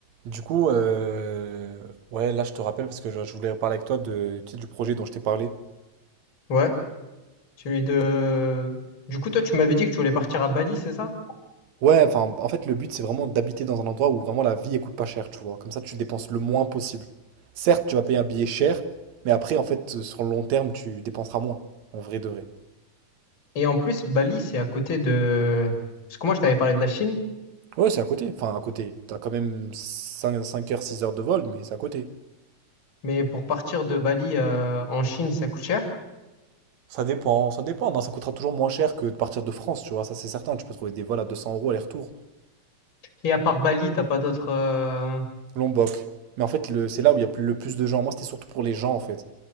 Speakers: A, on the right; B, on the left.
A: Du coup, euh, ouais, là je te rappelle parce que je je voulais parler avec toi de, tu sais, du projet dont je t'ai parlé.
B: Ouais, celui de... Du coup, toi, tu m'avais dit que tu voulais partir à Bali, c'est ça?
A: Ouais, enfin, en fait, le but c'est vraiment d'habiter dans un endroit où vraiment la vie elle coûte pas cher, tu vois. Comme ça, tu dépenses le moins possible. Certes, tu vas payer un billet cher, mais après, en fait, sur le long terme, tu dépenseras moins, en vrai de vrai.
B: Et en plus, Bali, c'est à côté de... Parce que moi, je t'avais parlé de la Chine,
A: Ouais, c'est à côté. Enfin, à côté. T'as quand même 5, 5 heures, 6 heures de vol, mais c'est à côté.
B: mais pour partir de Bali euh, en Chine, ça coûte cher.
A: Ça dépend, ça dépend. Non, ça coûtera toujours moins cher que de partir de France, tu vois. Ça, c'est certain. Tu peux trouver des vols à 200 euros aller-retour.
B: Et à part Bali, t'as pas d'autres euh,
A: Lombok. Mais en fait, le, c'est là où il y a plus- le plus de gens. Moi, c'était surtout pour les gens, en fait.